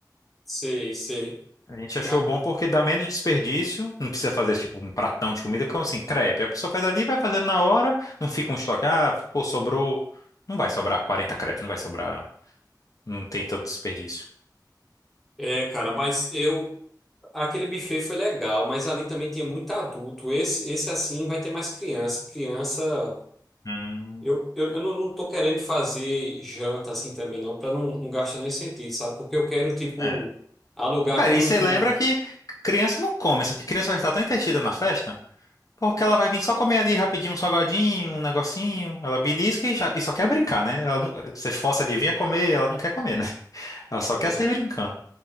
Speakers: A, in the centre; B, on the left.
A: Sei, sei.
B: A gente achou
A: Mas,
B: bom porque dá menos desperdício, não precisa fazer tipo um pratão de comida, que é assim, crepe. A pessoa faz ali, vai fazendo na hora, não fica um estoque. Ah, pô, sobrou. Não vai sobrar 40 crepes, não vai sobrar. Não tem tanto desperdício.
A: é, cara, mas eu. Aquele buffet foi legal, mas ali também tinha muito adulto. Esse, esse assim vai ter mais criança. Criança,
B: Hum,
A: eu, eu, eu não, não tô querendo fazer janta assim também, não, para não, não gastar nem sentido, sabe? Porque eu quero, tipo,
B: é.
A: alugar
B: Cara,
A: aqui
B: e
A: um,
B: você lembra
A: um-
B: que criança não come, assim, porque criança vai estar tão entretida na festa. Porque ela vai vir só comer ali rapidinho um salgadinho, um negocinho. Ela belisca e, já- e só quer brincar, né? Ela não- você força ali, venha comer, ela não quer comer, né? <laughs> Ela só
A: é,
B: quer sair brincando.